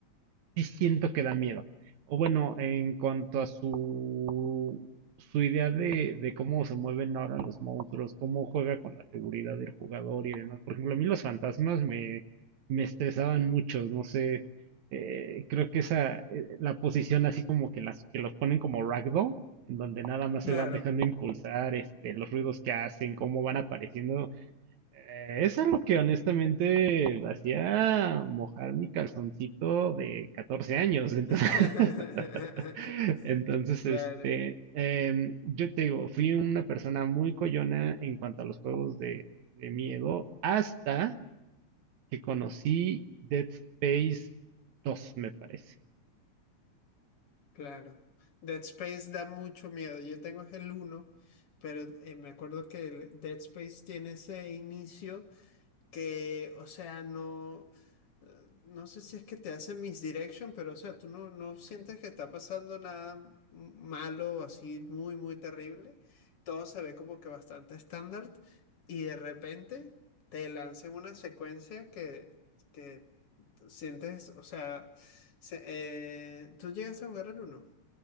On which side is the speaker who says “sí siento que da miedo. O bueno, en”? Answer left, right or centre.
Right